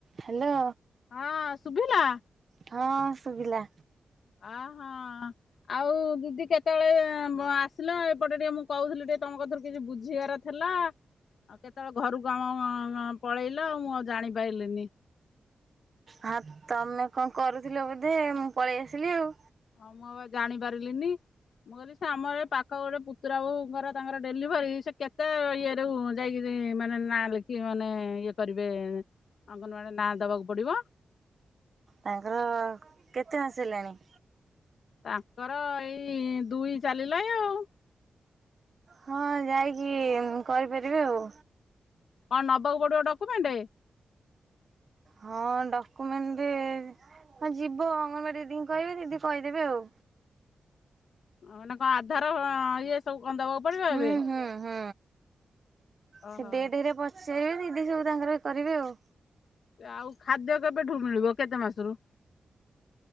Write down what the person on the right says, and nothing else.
ହ୍ୟାଲୋ।
ହଁ ଶୁଭିଲା।
ହଁ ତମେ କଣ କରୁଥିଲ ବୋଧେ ମୁଁ ପଳେଇ ଆସିଲି ଆଉ।
ତାଙ୍କର କେତେ ମାସ ହେଲାଣି?
ହଁ ଯାଇକି କରିପାରିବେ ଆଉ।
ହଁ ଡକୁ୍ୟୁମେଣ୍ଟ ହ ଯିବ ଅଙ୍ଗନବାଡ଼ି ଦିଦିି କହିବେ ଦିଦି କହିଦେବେ ଆଉ।
ହୁଁ
ହୁଁ ହୁଁ
ସେ ଡିଏଡି ରେ ପଚାରିବେ ଦିଦି ସବୁ ତାଙ୍କର କରିବେ ଆଉ।